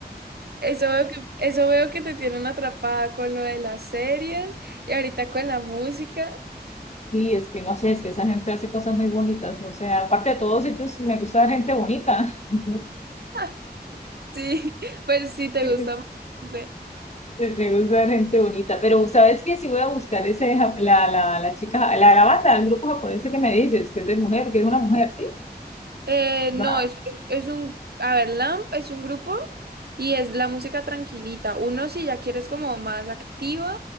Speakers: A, on the right (about 70°); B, on the left (about 40°).
A: eso veo que, eso veo que te tienen atrapada con lo de las series y ahorita con la música.
B: Sí, es que no sé, es que esa gente hace cosas muy bonitas, no sé, aparte de todos ellos, me gusta ver gente bonita. <laughs>
A: <laughs> Sí, pues sí, te
B: Sí,
A: gusta bastante.
B: Me me gusta ver gente bonita, pero ¿sabes qué? Si voy a buscar ese, ja- la, la, la chica, ja- la, la banda, el grupo japonés que me dices, que es de mujer, que es una mujer, ¿sí?
A: Eh, no,
B: Va,
A: es, es, es un, a ver, LAMP es un grupo y es la música tranquilita. Uno si ya quieres como más activa